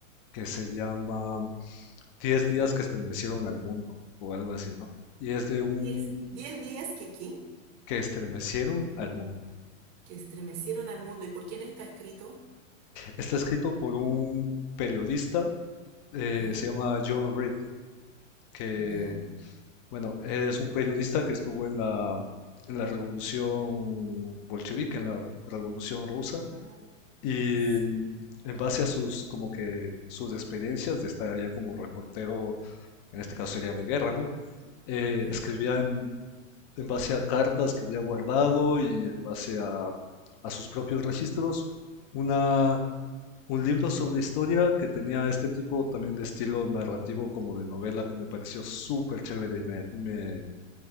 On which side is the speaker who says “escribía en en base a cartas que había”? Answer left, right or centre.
Left